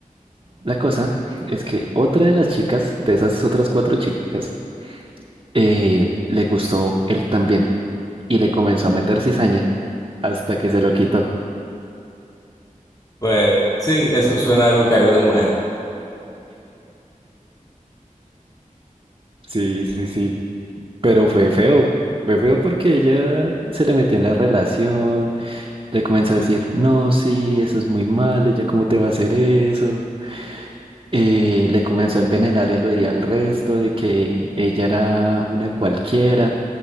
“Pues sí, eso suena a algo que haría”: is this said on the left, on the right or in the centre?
Left